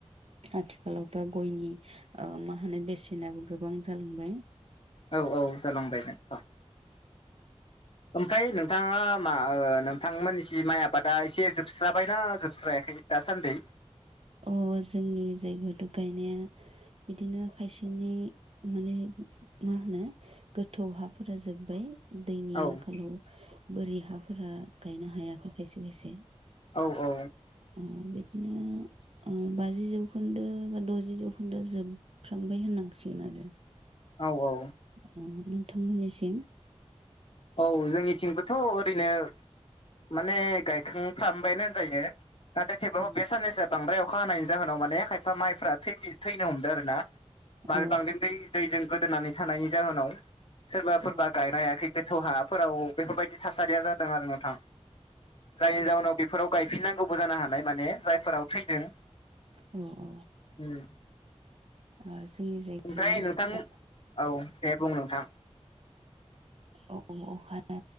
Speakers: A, on the right (about 60°); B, on the left (about 50°).
A: आथिखालावथ गयनि ओ मा होनो बेसेनाबो गोबां जालांबाय।
B: औ औ जालांबायमोन नोंथां। ओमफ्राय नोंथाङा मा ओ नोंथांमोननि सि माइ आबादा एसे जोबस्राबायना जोबस्रायाखै? दासानदै
A: अ जोंनि जायगायावथ' गायनाया बिदिनो खायसेनि माने मा होनो गोथौ हाफोरा जोब्बाय। दैनि
B: औ
A: आंखालाव बोरि हाफोरा गायनो हायाखै खायसे खायसे।
B: औ औ।
A: अ बेखौनो ओ बाजि जौखोन्दो बा द'जि जौखोन्दोआ जोब फ्रामबाय होननांसिगोन आरो।
B: औ औ।
A: अ नोंथांमोननिसिम
B: औ जोंनिथिंबोथ' ओरैनो माने गायखांफ्रामबायानो होनजायो। नाथाय थेवबाब
A: औ
B: बे साननैसो बांद्रायर अखा हानायनि जाहोनाव माने खायफा माइफ्रा थै थैनो हमदोंो आरो ना मार
A: औ
B: बांद्राय दै दैजों गोदोनानै थानायनि जाहोनाव सोरबा सोरबा
A: औ
B: गायनो हायाखै देथ' हाफोराव बेफोरबायदि थासारिया जादों आरो नोंथां। जायनि जाउनाव बेफोराव गायफिननांगौबो जानो हानाय माने जायफोराव थैदों।
A: अ अ
B: उम
A: आ जोंनि जायगायाव
B: ओमफ्राय नोंथां
A: अ
B: औ दे बुं नोंथां।
A: औ अखाया